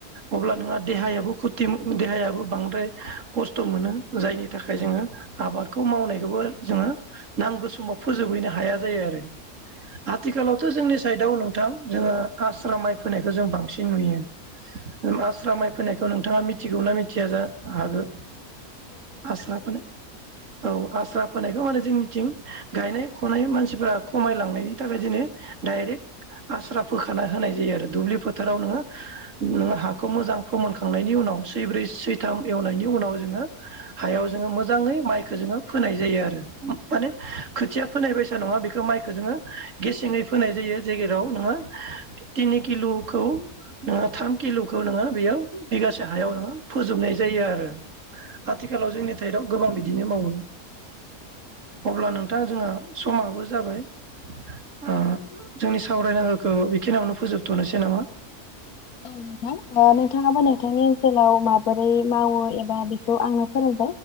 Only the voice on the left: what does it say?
औ नोंथां नोंथाङाबो नोंथांनि ओनसोलाव माबोरै मावो एबा बेखौ आंनो फोरों